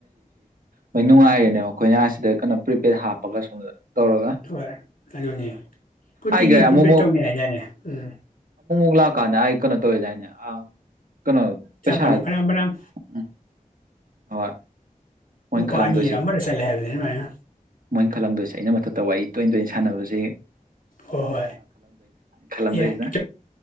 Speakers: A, on the right; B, on the left.
A: ꯃꯣꯏ ꯅꯨꯡꯉꯥꯏꯔꯦꯅꯦꯕ ꯑꯩꯈꯣꯏꯅꯁꯤꯗ ꯀꯩꯅꯣ ꯄ꯭ꯔꯤꯄꯦꯗ ꯍꯥꯞꯄꯒ ꯁꯣꯝꯗ ꯇꯧꯔꯒ
B: ꯍꯣꯏ ꯑꯗꯨꯅꯤ ꯀꯨꯔꯇꯤꯒꯤꯁꯨ
A: ꯑꯩꯒ ꯑꯃꯨꯛꯃꯨꯛ
B: ꯄ꯭ꯔꯤꯄꯦꯌꯔ ꯇꯧꯅꯤ ꯍꯥꯏꯖꯠꯅꯦ ꯎꯝ
A: ꯀꯨꯂꯀꯥꯅꯦ ꯑꯀꯅ ꯇꯣꯏꯗꯥꯅꯦ ꯑ ꯀꯩꯅꯣ
B: ꯆꯠꯄꯅꯤ
A: ꯄꯩꯁꯥ
B: ꯐꯅꯌꯥꯝ ꯐꯅꯌꯥꯝ
A: ꯎ ꯍꯣꯏ ꯃꯣꯏꯅ
B: ꯂꯨꯄꯥ
A: ꯈꯜꯂꯝꯗꯣꯏꯁꯦ
B: ꯑꯅꯤꯔ ꯑꯃꯔ ꯆꯠꯂꯦ ꯍꯥꯏꯕꯅꯤ ꯑꯗꯨꯃꯥꯏꯅ
A: ꯃꯣꯏ ꯈꯜꯂꯝꯗꯣꯏꯁꯦ ꯑꯩꯅ ꯃꯊ ꯇꯧ ꯑꯩ ꯇꯣꯏ ꯇꯣꯏ ꯁꯥꯟꯅꯕꯔꯁꯨ
B: ꯍꯣꯏ ꯍꯣꯏ
A: ꯈꯜꯂꯝꯗꯣꯏꯁꯤꯅ
B: ꯑꯦ